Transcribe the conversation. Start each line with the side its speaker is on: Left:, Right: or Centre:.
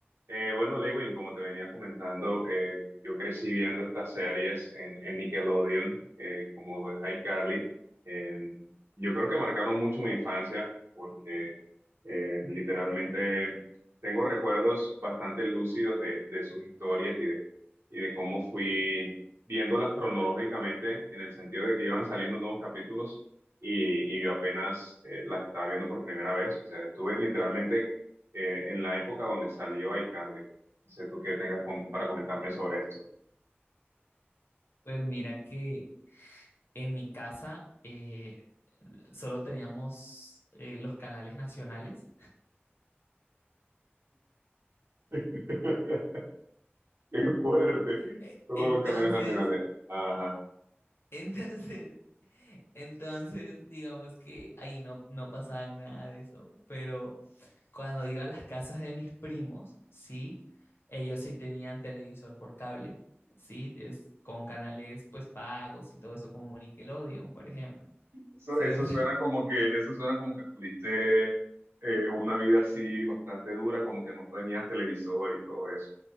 Right: Eh, bueno, Lewin, como te venía comentando, eh, yo crecí viendo estas series en, en Nickelodeon, eh, como lo de iCarly. Eh, yo creo que marcaron mucho mi infancia porque eh, literalmente tengo recuerdos bastante lúcidos de, de sus historias y de, y de cómo fui viéndolas cronológicamente en el sentido de que iban saliendo nuevos capítulos y, y yo apenas eh, las estaba viendo por primera vez. O sea, estuve literalmente eh, en la época donde salió iCarly. No sé tú qué tengas com- para comentarme sobre esto.
Left: Pues mira que en mi casa eh, solo teníamos eh, los canales nacionales.
Right: <laughs> Qué fuerte.
Left: Eh,
Right: Solo
Left: Entonces,
Right: los canales nacionales. Ajá.
Left: <laughs> entonces, entonces, digamos que ahí no, no pasaba nada de eso. Pero cuando iba a las casas de mis primos, sí, ellos sí tenían televisor por cable, sí, es con canales pues pagos y todo eso como Nickelodeon, por ejemplo, <laughs>
Right: Eso,
Left: ¿cierto?
Right: eso suena como que, eso suena como que tuviste eh, una vida así bastante dura, como que no tenías televisor y todo eso.